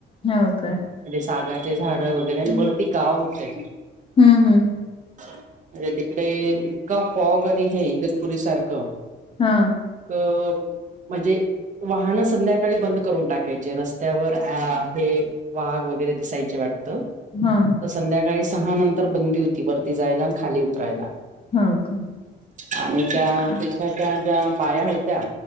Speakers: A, on the left; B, on the right.
A: हो का?
B: म्हणजे सागाचे झाड वगैरे आणि वरती गाव होते.
A: हम्म हम्म.
B: म्हजे तिकडे इतका फॉग आणि हे इगतपुरी सारखं.
A: हा.
B: अ म्हणजे वाहनं संध्याकाळी बंद करून टाकायचे रस्त्यावर अ हे. वाघ वगैरे दिसायचे वाटतं.
A: हा
B: तर संध्याकाळी सहा नंतर बंदी होती वरती जायला आणि खाली उतरायला.
A: हो का.
B: आणि त्या
A: आ,
B: तिथल्या त्याज्या बाया होत्या.